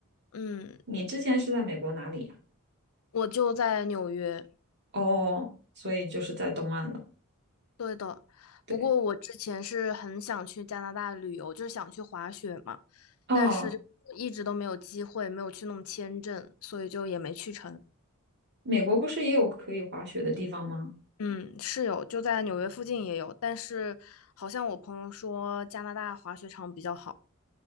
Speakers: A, on the left; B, on the right.
A: 嗯，
B: 你之前是在美国哪里呀？
A: 我就在纽约，
B: 哦，所以就是在东岸了。
A: 对的，
B: 对。
A: 不过我之前是很想去加拿大旅游，就是想去滑雪嘛，
B: 哦，
A: 但是就一直都没有机会，没有去弄签证，所以就也没去成。
B: 美国不是也有可以滑雪的地方吗？
A: 嗯，是有，就在纽约附近也有，但是好像我朋友说加拿大滑雪场比较好，